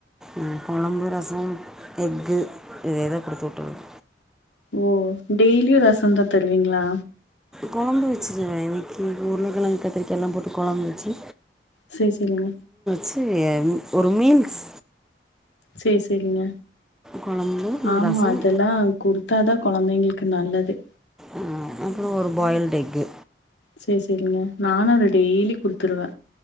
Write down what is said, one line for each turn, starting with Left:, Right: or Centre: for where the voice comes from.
Centre: அ கொழம்பு ரசம் எக்கு இத இத குடுத்து வுட்டுறது
Left: ஓ டெய்லியு ரசந்தா தருவிங்ளா?
Centre: கொழம்பு வச்சுருவே இன்னக்கி உருளகெழங்கு கத்தரிக்காலாம் போட்டு கொழம்பு வச்சு
Left: சேர் செரிங்க
Centre: ச்சு ஒரு மீல்ஸ்
Left: சேர் சரிங்க
Centre: குழம்பு
Left: ஆமா
Centre: ரசம்
Left: அதெல்லா குடுத்தாதா கொழந்தைங்கள்க்கு நல்லது
Centre: ஆ அப்புறொ ஒரு பாயில் டெக்கு
Left: சேர் செரிங்க நானு அத டெய்லி குடுத்துருவ